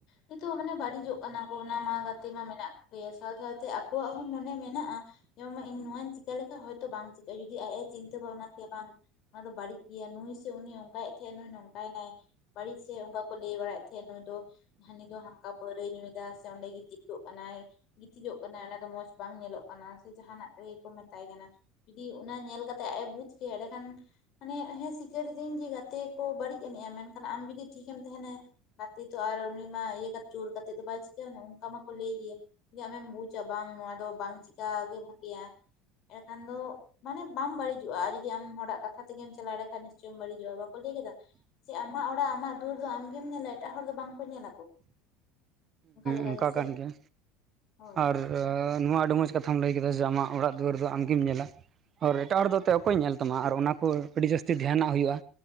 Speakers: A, on the left (about 50°); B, on the right (about 35°).
A: ᱱᱤᱛᱚᱜ ᱢᱟᱱᱮ ᱵᱟᱹᱲᱤᱡᱚᱜ ᱠᱟᱱᱟ ᱠᱚ ᱚᱱᱟ ᱢᱟ ᱜᱟᱛᱮ ᱢᱟ ᱢᱮᱱᱟᱜ ᱠᱚᱜᱮᱭᱟ ᱥᱟᱶ ᱥᱟᱶᱛᱮ ᱟᱠᱚᱣᱟᱜ ᱦᱚᱸ ᱢᱚᱱᱮ ᱢᱮᱱᱟᱜᱼᱟ ᱡᱮᱢᱚᱱ ᱤᱧ ᱱᱚᱣᱟᱧ ᱪᱤᱠᱟᱹ ᱞᱮᱠᱷᱟᱡ ᱦᱚᱭᱛᱚ ᱵᱟᱝ ᱪᱤᱠᱟᱹᱜᱼᱟ ᱡᱩᱫᱤ ᱟᱡ ᱮ ᱪᱤᱱᱛᱟᱹ ᱵᱷᱟᱵᱽᱱᱟ ᱛᱮᱭᱟ ᱵᱟᱝ ᱚᱱᱟ ᱫᱚ ᱵᱟᱹᱲᱤᱡ ᱜᱮᱭᱟ ᱱᱩᱭ ᱥᱮ ᱩᱱᱤ ᱱᱚᱝᱠᱟᱭᱮᱫ ᱛᱟᱦᱮᱸᱫ ᱱᱩᱭ ᱱᱚᱝᱠᱟᱭᱱᱟᱭ ᱵᱟᱹᱲᱤᱡᱮᱫ ᱚᱱᱠᱟ ᱠᱚ ᱞᱟᱹᱭ ᱵᱟᱲᱟᱭᱮᱫ ᱛᱟᱦᱮᱸᱫ ᱱᱩᱭ ᱫᱚ ᱦᱟᱹᱱᱤ ᱫᱚ ᱦᱟᱱᱠᱟ ᱯᱟᱹᱣᱨᱟᱹᱭ ᱧᱩᱭᱮᱫᱟ ᱥᱮ ᱚᱸᱰᱮ ᱜᱤᱛᱤᱡ ᱠᱚᱜ ᱠᱟᱱᱟᱭ ᱜᱤᱛᱤᱡᱚᱜ ᱠᱟᱱᱟ ᱚᱱᱟ ᱫᱚ ᱢᱚᱸᱡᱽ ᱵᱟᱝ ᱧᱮᱞᱚᱜ ᱠᱟᱱᱟ ᱥᱮ ᱡᱟᱦᱟᱱᱟᱜ ᱜᱮᱠᱚ ᱢᱮᱛᱟᱭ ᱠᱟᱱᱟ ᱡᱩᱫᱤ ᱚᱱᱟ ᱧᱮᱞ ᱠᱟᱛᱮᱜ ᱟᱡ ᱮ ᱵᱩᱡᱽ ᱠᱮᱭᱟ ᱮᱸᱰᱮ ᱠᱷᱟᱱ ᱢᱟᱱᱮ ᱦᱮᱸ ᱥᱤᱠᱟᱹᱨᱤᱫᱟᱹᱧ ᱡᱮ ᱜᱟᱛᱼᱼᱼ ᱛᱮ ᱠᱚ ᱵᱟᱹᱲᱤᱡ ᱮᱱᱮᱡᱼᱟ ᱢᱮᱱᱠᱷᱟᱱ ᱟᱢ ᱡᱩᱫᱤ ᱴᱷᱤᱠᱮᱢ ᱛᱟᱦᱮᱱᱟ ᱜᱟᱛᱮ ᱛᱚ ᱟᱨ ᱩᱱᱤ ᱢᱟ ᱤᱭᱟᱹ ᱠᱟᱛᱮ ᱪᱳᱨ ᱠᱟᱛᱮᱜ ᱫᱚ ᱵᱟᱭ ᱪᱤᱠᱟᱹᱭᱟᱱᱟ ᱚᱱᱠᱟ ᱢᱟᱠᱚ ᱞᱟᱹᱭ ᱜᱮᱭᱟ ᱟᱢᱮᱢ ᱵᱩᱡᱟ ᱵᱟᱝ ᱱᱚᱣᱟ ᱫᱚ ᱵᱟᱝ ᱪᱤᱠᱟᱼᱟ ᱵᱷᱟᱜᱮᱭᱟ <unintelligible> ᱮᱱᱰᱮᱠᱷᱟᱱ ᱫᱚ ᱢᱟᱱᱮ ᱵᱟᱢ ᱵᱟᱹᱲᱤᱡᱚᱜᱼᱟ ᱟᱨ ᱡᱩᱫᱤ ᱟᱢ ᱦᱚᱲᱟᱜ ᱠᱟᱛᱷᱟ ᱛᱮᱜᱮᱢ ᱪᱟᱞᱟᱣ ᱞᱮᱠᱷᱟᱱ ᱱᱤᱥᱪᱚᱭᱮᱢ ᱵᱟᱹᱲᱤᱡᱚᱜᱼᱟ ᱞᱟᱹᱭ ᱠᱮᱫᱟ ᱡᱮ ᱟᱢᱟᱜ ᱚᱲᱟᱜ ᱟᱢᱟᱜ ᱫᱩᱣᱟᱹᱨ ᱫᱚ ᱟᱢᱜᱮᱢ ᱧᱮᱞᱟ ᱮᱴᱟᱜ ᱦᱚᱲ ᱫᱚ ᱵᱟᱝᱠᱚ ᱧᱮᱞᱟᱠᱚ ᱞᱮᱠᱟ
B: ᱚᱱᱠᱟ
A: ᱜᱮᱥᱮ
B: ᱠᱟᱱ ᱜᱮᱭᱟ
A: ᱦᱳᱭ
B: ᱟᱨ ᱱᱚᱣᱟ ᱟᱹᱰᱤ ᱢᱚᱸᱡᱽ ᱠᱟᱛᱷᱟᱢ ᱞᱟᱹᱭ ᱠᱮᱫᱟ ᱡᱮ ᱟᱢᱟᱜ ᱚᱲᱟᱜ ᱫᱩᱣᱟᱹᱨ ᱫᱚ ᱟᱢᱜᱮᱢ ᱧᱮᱞᱟ ᱟᱨ ᱮᱴᱟᱜ ᱦᱚᱲ ᱫᱚ ᱮᱱᱛᱮ ᱚᱠᱚᱭ ᱧᱮᱞ ᱛᱟᱢᱟ ᱟᱨ ᱚᱱᱟ ᱠᱚ ᱟᱹᱰᱤ ᱡᱟᱹᱥᱛᱤ ᱫᱷᱮᱭᱟᱱᱟᱜ ᱦᱩᱭᱩᱜᱼᱟ